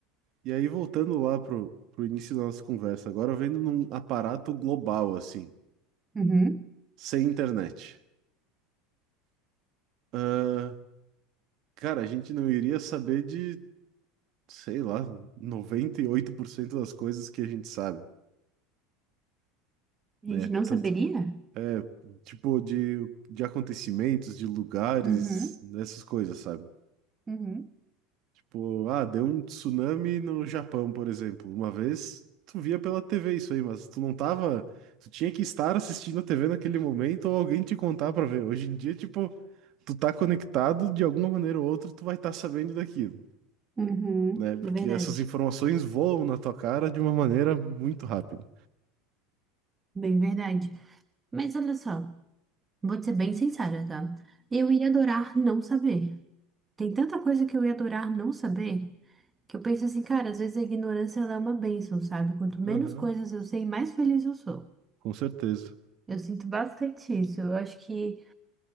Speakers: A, on the right (about 55°); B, on the right (about 20°).
A: E aí, voltando lá pro, pro início da nossa conversa, agora vendo num aparato global, assim,
B: uhum,
A: sem internet. Ah, cara, a gente não iria saber de, sei lá, 98% das coisas que a gente sabe,
B: A
A: né?
B: gente não
A: Tanto,
B: saberia?
A: é, tipo, de, de acontecimentos, de lugares,
B: uhum,
A: dessas coisas, sabe?
B: uhum,
A: Tipo, ah, deu um tsunami no Japão, por exemplo. Uma vez, tu via pela TV isso aí, mas tu não tava. Tu tinha que estar assistindo a TV naquele momento ou alguém te contar pra ver. Hoje em dia, tipo, tu tá conectado de alguma maneira ou outra, tu vai estar sabendo daquilo,
B: uhum.
A: né? Porque
B: É verdade.
A: essas informações voam na tua cara de uma maneira muito rápida.
B: Bem verdade. Mas olha só. Vou te ser bem sincera, tá? Eu ia adorar não saber. Tem tanta coisa que eu ia adorar não saber que eu penso assim, cara, às vezes a ignorância ela é uma bênção, sabe? Quanto menos
A: Aham,
B: coisas eu sei, mais feliz eu sou.
A: com certeza.
B: Eu sinto bastante isso. Eu acho que